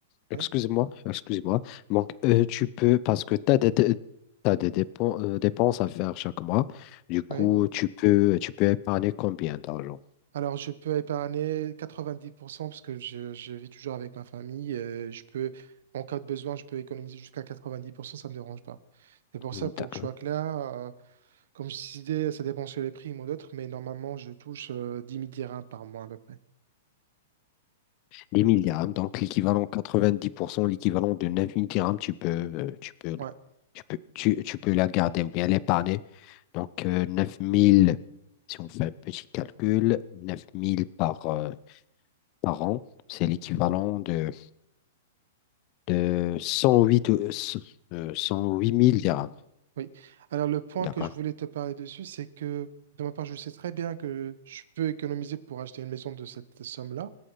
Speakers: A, on the left; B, on the right.
A: excuse-moi,
B: oui,
A: excuse-moi. Donc, euh, tu peux, parce que tu as des, dé- t'as des dépen- euh, dépenses à faire chaque mois. Du coup,
B: oui.
A: tu peux, tu peux épargner combien d'argent?
B: Alors, je peux épargner 90% parce que je, je vis toujours avec ma famille. euh, je peux, en cas de besoin, je peux économiser jusqu'à 90%, ça ne me dérange pas. C'est pour
A: Hmm,
B: ça, pour
A: D'accord.
B: que je sois clair, euh, comme je disais, ça dépend sur les prix, moi d'autres, mais normalement, je touche euh, 10 000 dirhams par mois à peu près.
A: Des 1000 dirhams, donc l'équivalent 90% l'équivalent de 9000 dirhams, tu peux, euh, tu peux,
B: Ouais,
A: tu peux, tu, tu peux la garder ou bien l'épargner. Donc euh, 9000 si on fait un petit calcul, neuf mille par, euh, par an, c'est l'équivalent de, de 108, euh, s- euh, 108 000 dirhams.
B: oui. Alors, le point
A: D'accord?
B: que je voulais te parler dessus, c'est que de ma part, je sais très bien que je peux économiser pour acheter une maison de cette somme-là,